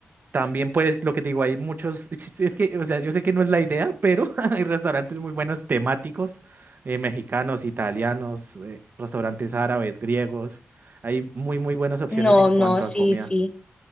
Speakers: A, on the right; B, on the left.
A: también, pues, lo que te digo, hay muchos. <laughs> Es que, o sea, yo sé que no es la idea, pero <laughs> hay restaurantes muy buenos temáticos, eh, mexicanos, italianos, eh, restaurantes árabes, griegos. Hay muy, muy buenas opciones
B: No,
A: en
B: no,
A: cuanto
B: sí,
A: a comida.
B: sí.